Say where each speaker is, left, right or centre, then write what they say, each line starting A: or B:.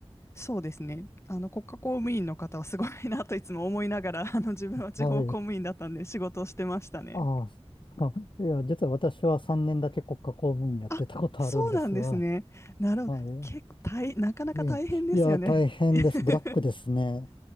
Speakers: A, on the left (about 25°); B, on the left (about 50°).
A: そうですね。あの、国家公務員の方はすごいなといつも思いながら、あの、自分は地方公務員だったんで仕事をしてましたね。
B: はい。ああ、そっかいや、実は私は3年だけ国家公務員やってたことあるんですが、
A: あ、そうなんですね。なるほど。
B: はい。
A: 結構大、なかなか大変ですよね。
B: いえいや、大変です。
A: <laughs>
B: ブラックですね。